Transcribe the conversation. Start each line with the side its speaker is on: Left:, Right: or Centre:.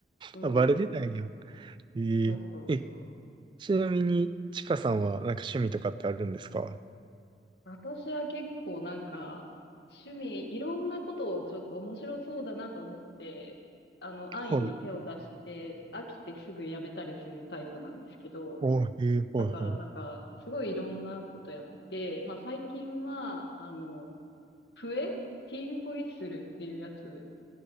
Left: うん。
Right: あ、バレてたんや。えーえ、
Left: そうそうそう。
Right: ちなみに、ちかさんはなんか趣味とかってあるんですかは
Left: 私は結構なんか、趣味、いろんなことをちょっと面白そうだなと思って、あの、安易に手を出して、
Right: い。
Left: 飽きてすぐやめたりするタイプなんですけど、
Right: おえー、はいは
Left: だからなんか、すごいいろんなことやってて、まあ最近は、あの、笛ティーンホイッスルっていうやつ